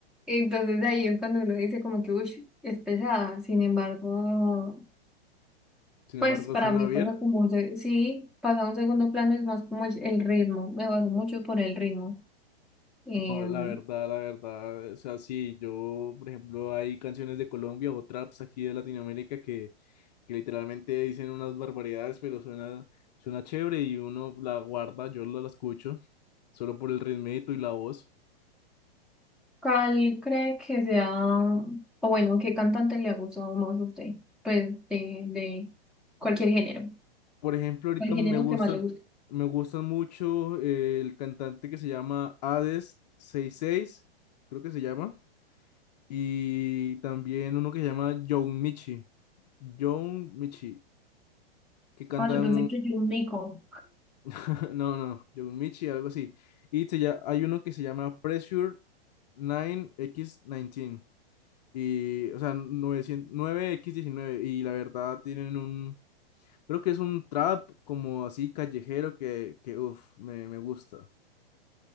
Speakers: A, in the centre; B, on the left.
A: Entonces ahí es cuando uno dice como que, uy, es pesada. Sin embargo,
B: sin
A: pues
B: embargo,
A: para
B: suena
A: mí
B: bien.
A: pasa como un, se- sí, pasa a un segundo plano, es más como el, el ritmo. Me baso mucho por el ritmo. Em,
B: No, la verdad, la verdad. O sea, sí, yo, por ejemplo, hay canciones de Colombia o traps aquí de Latinoamérica que que literalmente dicen unas barbaridades, pero suena, suena chévere y uno la guarda, yo la, la escucho, solo por el ritmito y la voz.
A: ¿Cuál cree que sea, o bueno, qué cantante le ha gustado más a usted? Pues de, de cualquier género,
B: Por ejemplo, ahorita
A: el género
B: me gustan,
A: que más le guste.
B: me gustan mucho eh, el cantante que se llama Hades sesenta y seis creo que se llama, y también uno que se llama John Michi, John Michi, que cantan,
A: Ah, yo pensé que yo un mico,
B: <laughs> no, no, John Michi, algo así. Y se lla- hay uno que se llama Pressure 9X19. Y, o sea, 900 nueve x diecinueve Y la verdad tienen un. Creo que es un trap como así callejero que, que uff, me, me gusta.